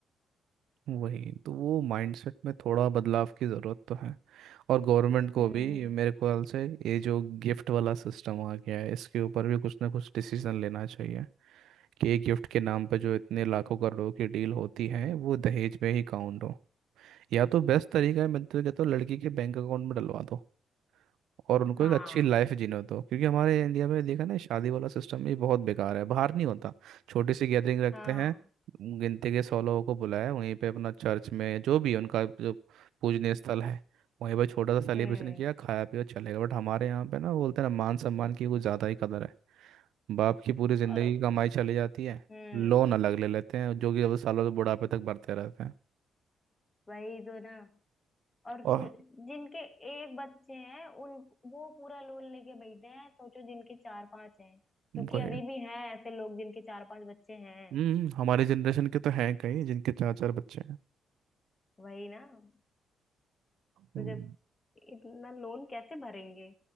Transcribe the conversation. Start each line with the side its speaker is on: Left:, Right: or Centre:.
Right: वही तो वो माइंडसेट में थोड़ा बदलाव की ज़रूरत तो है और गवर्नमेंट को
Left: हम्म
Right: भी मेरे ख्याल से ये जो गिफ्ट वाला सिस्टम आ गया है इसके ऊपर भी कुछ ना कुछ डिसीजन लेना चाहिए कि एक गिफ्ट के नाम पे जो इतने लाखों करोड़ों की डील होती है वो दहेज में ही काउंट हो या तो बेस्ट तरीका है मैं तो कहता हूँ लड़की के बैंक अकाउंट में डलवा दो और उनको
Left: हाँ
Right: एक अच्छी लाइफ जीने दो क्योंकि हमारे इंडिया में देखा ना शादी वाला सिस्टम ये बहुत बेकार है बाहर नहीं होता छोटी सी गैदरिंग रखते
Left: हाँ
Right: हैं गिनती के सौ लोगों को बुलाया वहीं पे अपना चर्च में जो भी उनका जो पूजनीय स्थल है वहीं पर छोटा सा सेलिब्रेशन
Left: हम्म
Right: किया खाया पिया चलेगा बट हमारे यहाँ पे ना बोलते हैं ना मान सम्मान की कुछ ज़्यादा ही कदर है बाप की पूरी ज़िंदगी
Left: और
Right: की कमाई चली जाती है
Left: हम्म
Right: लोन अलग ले लेते हैं जो कि अब सालों से बुढ़ापे तक भरते रहते हैं
Left: वही तो ना और
Right: और
Left: सो- जिनके एक बच्चे हैं उन वो पूरा लोन लेके बैठे हैं सोचो जिनके चार पांच हैं क्योंकि
Right: कोई
Left: अभी भी हैं ऐसे लोग जिनके चार पांच बच्चे हैं
Right: हम्म हमारी जनरेशन के तो हैं कई जिनके चार चार बच्चे हैं
Left: वही ना तो
Right: हम्म
Left: जब इतना लोन कैसे भरेंगे